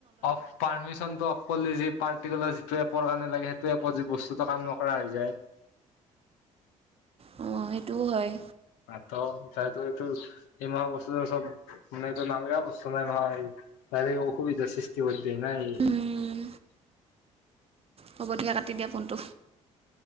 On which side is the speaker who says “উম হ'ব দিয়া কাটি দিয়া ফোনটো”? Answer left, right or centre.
Right